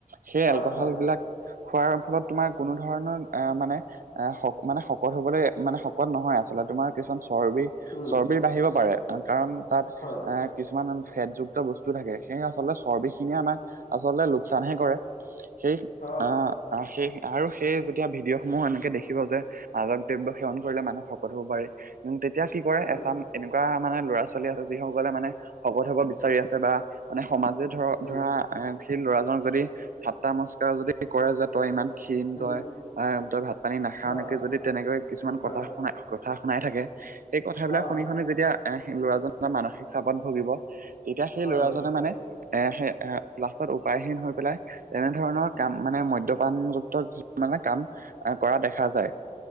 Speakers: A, on the right; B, on the left.
A: সেই
B: হয়
A: এলকহল
B: হয়
A: বিলাক খোৱাৰ ফলত তোমাৰ কোনো ধৰণৰ আহ মানে, আহ মানে শক শকত হবলৈ মানে শকত নহয় আচলতে তোমাৰ কিছুমান চৰ্বি
B: উম
A: চৰ্বিৰ বাঢ়িব পাৰে কাৰণ তাত
B: হয়
A: এ কিছুমান ফেটযুক্ত বস্তু থাকে সেইয়ে আচলতে চৰ্বি খিনিয়ে আমাক আচলতে লোকচানহে কৰে সেই
B: অ
A: আহ সেই আৰু সেই যেতিয়া ভিডিঅ'সমূহো এনেকে দেখিব যে মালক দ্ৰব্য সেৱন কৰিলে মানুহ শকত হ'ব পাৰে তেতিয়া কি কৰে
B: উম
A: এচাম এনেকুৱা মানে ল'ৰা ছোৱালী আছে যিসকলে মানে শকত হব বিচাৰি আছে বা মানে সমাজে ধৰ
B: উম
A: ধৰা এ সেই ল'ৰাজনক যদি ঠাত্তা মস্কাৰ যদি কৰে যে তই ইমান ক্ষীণ
B: উম
A: তই আহ তই ভাত পানী নাখাও
B: হয়
A: এনেকে যদি তেনেকৈ কিছুমান
B: হয়
A: কথা কথা শুনাই থাকে সেই কথাবিলাক
B: অ
A: শুনি শুনি যেতিয়া এহ ল'ৰাজন এটা মানসিক চাপত ভুগিব তেতিয়া সেই
B: হয়
A: ল'ৰাজনে মানে এ হে এ লাষ্টত উপায়হীন হৈ পেলাই তেনেধৰণৰ কাম মানে মদ্যপানযুক্ত কিছুমানে কাম আ কৰা দেখা যায়।